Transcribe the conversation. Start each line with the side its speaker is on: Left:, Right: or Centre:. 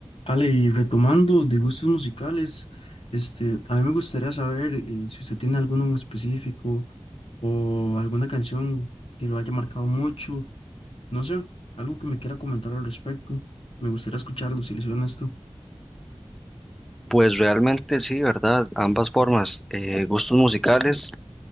Left: Ale, y retomando de gustos musicales, este, a mí me gustaría saber eh, si usted tiene alguno en específico o alguna canción que lo haya marcado mucho, no sé, algo que me quiera comentar al respecto. Me gustaría escucharlo si le soy honesto.
Centre: Pues realmente sí, ¿verdad? Ambas formas. Eh, gustos musicales